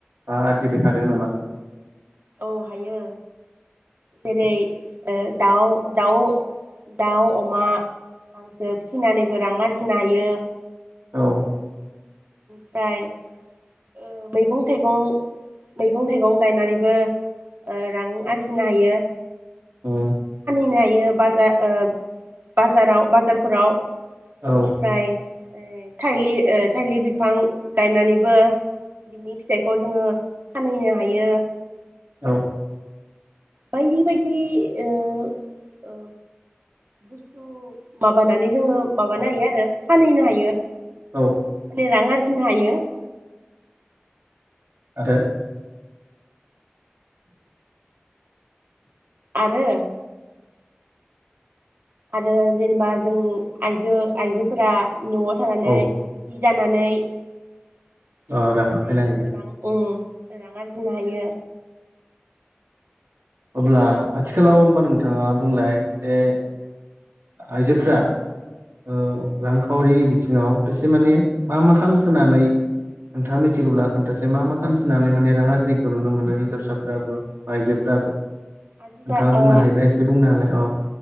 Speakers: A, on the right (about 80°); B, on the right (about 65°).
A: मा आरजिबाय थादों नामा?
B: औ हायो जेरै ओ दाउ दाउ दाउ, अमा, हांसो फिसिनानैबो रां आरजिनो हायो।
A: औ
B: फ्राय ओ मैगं थाइगं मैगं थाइगं गायनानैबो ओ रां आरजिनो हायो।
A: उम
B: नो हायो बाजार ओ बाजाराव बाजारफोराव
A: औ
B: बिनिफ्राय थाइलि ओ थाइलि बिफां गायनानैबो बिनि फिथाइखौ जोङो फानहैनो हायो।
A: औ
B: बायदि बायदि ओ बुस्थु माबानानै जोङो माबानो हायो आरो फानहैनो हायो।
A: औ
B: नि रां आरजि जिनो हायो।
A: आरो
B: आरो आरो जेनेबा जों आइजो आइजोफोरा न'आव थानानै
A: औ
B: जानानै दि
A: ओ
B: जानानै
A: रां खामायनो हायो
B: रां ओ रां आरजिनो हायो।
A: अब्ला
B: आरो
A: आथिखालाव होमबा नोंथां। थाङा बुंलाय जे आयजोफ्रा ओ रांखावरिनि बिथिङाव एसे माने मा मा खामसोनानै नोंथाङा मिथिगौब्ला खोन्थासै मा मा खामसोनानै माने रां आरजिनायखौ नुनो मोनो हिनजावसाफोराबो बा आइजोफ्राबो
B: आजिखा
A: नोंथाङा बुंनो
B: ओ
A: हायोबा एसे बुंनो हालाय अ